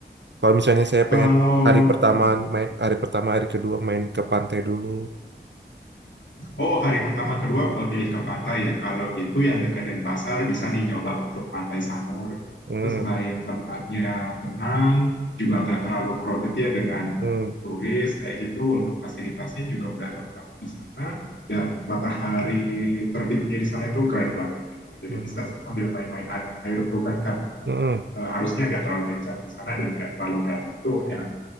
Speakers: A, on the right; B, on the left.
A: Kalau misalnya saya
B: Kalau
A: pengen hari pertama
B: hmm.
A: main hari pertama hari kedua main ke pantai dulu.
B: Oh, hari pertama kedua eh, pilih ke pantai ya. Kalau gitu yang dekat Denpasar bisa nih nyoba untuk Pantai Sanur.
A: Hmm,
B: Itu selain tempatnya tenang, juga nggak terlalu crowded ya dengan
A: hmm,
B: eh, turis kayak gitu. Untuk fasilitasnya juga udah lengkap di sana. Dan matahari terbitnya di sana itu keren banget gitu. Jadi
A: hmm,
B: bisa sambil main-main air tuh kan karena
A: hmm,
B: arusnya nggak terlalu kencang di sana dan nggak terlalu dalam itu enak